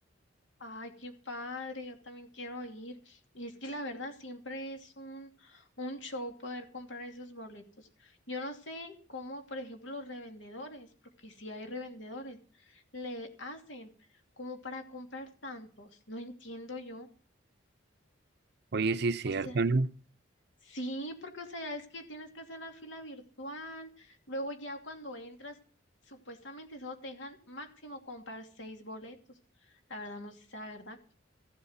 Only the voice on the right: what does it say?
Oye, sí es
cierto,
¿no?